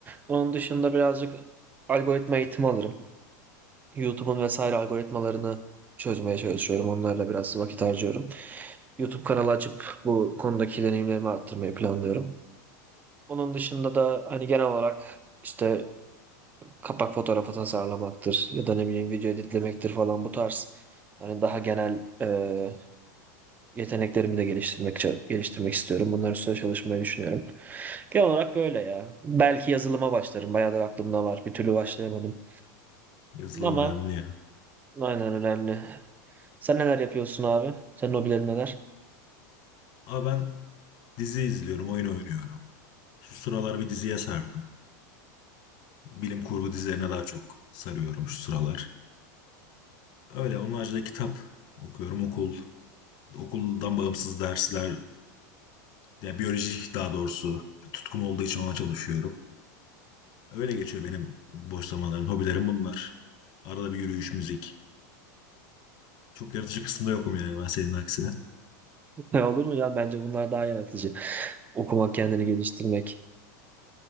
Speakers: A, on the right; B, on the left.
A: Onun dışında birazcık algoritma eğitimi alırım. YouTube'un vesaire algoritmalarını çözmeye çalışıyorum. Onlarla biraz vakit harcıyorum. YouTube kanalı açıp bu konudaki deneyimlerimi arttırmayı planlıyorum. Onun dışında da hani genel olarak işte kapak fotoğrafı tasarlamaktır ya da ne bileyim video editlemektir falan bu tarz. Hani daha genel e, yeteneklerimi de geliştirmek geliştirmek istiyorum. Bunlar üstüne çalışmayı düşünüyorum. Genel olarak böyle ya. Belki yazılıma başlarım. Bayağıdır aklımda var. Bir türlü başlayamadım.
B: yazılım
A: Ama
B: önemli ya.
A: aynen önemli. Sen neler yapıyorsun abi? Senin hobilerin neler?
B: Abi ben dizi izliyorum, oyun oynuyorum. Şu sıralar bir diziye sardım. Bilim kurgu dizilerine daha çok sarıyorum şu sıralar. Öyle onun haricinde kitap okuyorum. Okul, okuldan bağımsız dersler, yani biyoloji daha doğrusu bir tutkum olduğu için ona çalışıyorum. Öyle geçiyor benim boş zamanlarım, hobilerim bunlar. Arada bir yürüyüş, müzik. Çok yaratıcı kısımda yokum yani ben senin aksine.
A: <laughs> Olur mu ya? Bence bunlar daha yaratıcı. Okumak, kendini geliştirmek.